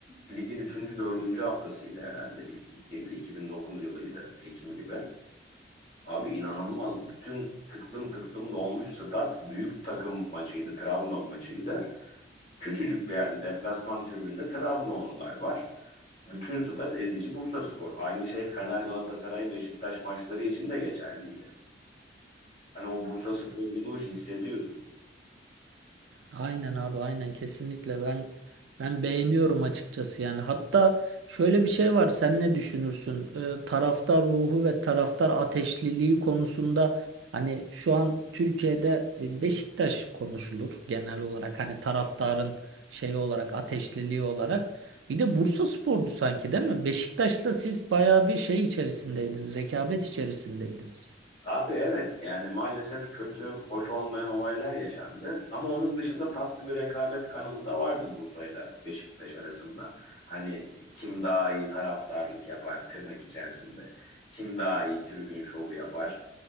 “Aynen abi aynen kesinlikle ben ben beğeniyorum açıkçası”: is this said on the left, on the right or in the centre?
Right